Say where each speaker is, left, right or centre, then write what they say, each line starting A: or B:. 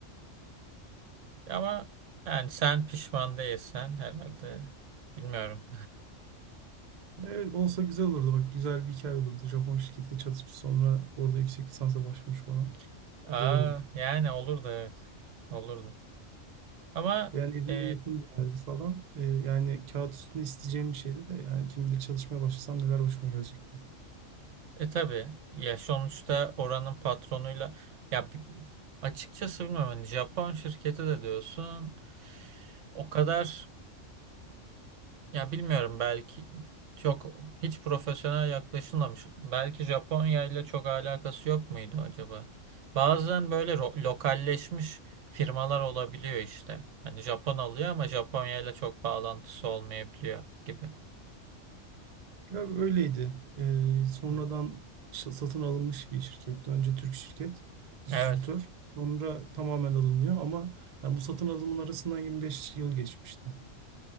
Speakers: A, on the right (about 70°); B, on the right (about 55°).
A: Ama yani sen pişman değilsen herhalde bilmiyorum.
B: E, olsa güzel olurdu bak güzel bir hikaye olurdu. Japon şirketi çatışmış sonra orada yüksek lisansa başlamış falan.
A: <laughs> Aa
B: Güzel olurdu.
A: yani olur da evet. Olurdu. Ama
B: Yani evime
A: e,
B: yakın bir yerde falan. E, yani kağıt üstünde isteyeceğim bir şeydi de yani kim bilir çalışmaya başlasam neler başıma gelecekti.
A: E tabii ya sonuçta oranın patronuyla ya bi- açıkçası bilmiyorum hani Japon şirketi de diyorsun o kadar ya bilmiyorum belki çok hiç profesyonel yaklaşılmamış. Belki Japonya ile çok alakası yok muydu acaba? Bazen böyle ro- lokalleşmiş firmalar olabiliyor işte. Hani Japon alıyor ama Japonya ile çok bağlantısı olmayabiliyor gibi.
B: Ya öyleydi. E, sonradan
A: Hı.
B: ş- satın alınmış bir şirketti. Önce Türk şirket, distribütör.
A: Evet.
B: Sonra tamamen alınıyor ama yani bu satın alımın arasından 25 yıl geçmişti.